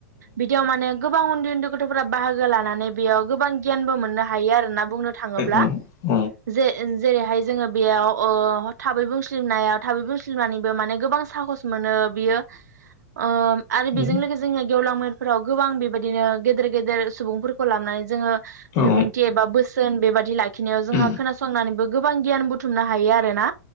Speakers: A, on the right (about 85°); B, on the left (about 35°).
A: बिदियाव माने गोबां उन्दै -उन्दै गथ'फोरा बाहागो लानानै बेयाव गोबां गियानबो मोननो हायो आरोना बुंनो थाङोब्ला
B: औ औ
A: जे- जेरै हाय जोङो बेयाव ओ थाबै बुंस्लु सिलमनायाव थाबै बुंस्लिम नानैबो माने गोबां साहस मोनो बियो ओ आरो बेजों
B: उम
A: लोगोजो जोंनिया गेवलां मेल फोराव गोबां बेबायदिनो गेदेर -गेदेर सुबुंफोरखौ लाबनानै जोङो
B: औ
A: बिबुंथि एबा बोसोन बेबादि लाखिनायाव जोंहा
B: उम,
A: खोनासंनानैबो गोबां गियान बुथुम बुथुमनो हायो आरो ना।